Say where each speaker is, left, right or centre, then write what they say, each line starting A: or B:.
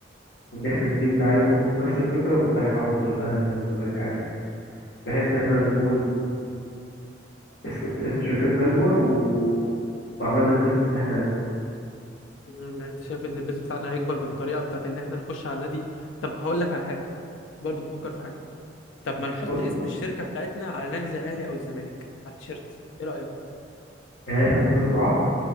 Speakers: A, on the left; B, on the left.
A: وان احنا نجيب لعيبه برضو بنفس الفكره ونبيعها برضو للاهلي والزمالك عادي بحيث ان احنا نكون اسم اسم شركتنا يكبر و... وعملنا البيزنس اللي احنا عايزينه
B: مم، يعني انت شايف ان البيزنس بتاعنا هيكبر بالطريقه بتاعت ان احنا نخش على النادي طب هقول لك على حاجه برضو بفكر في حاجه طب ما نحط
A: قلنا
B: اسم الشركه بتاعتنا على نادي زي الاهلي او الزمالك على التيشيرت ايه رايك
A: يعني احنا نكون الرعاة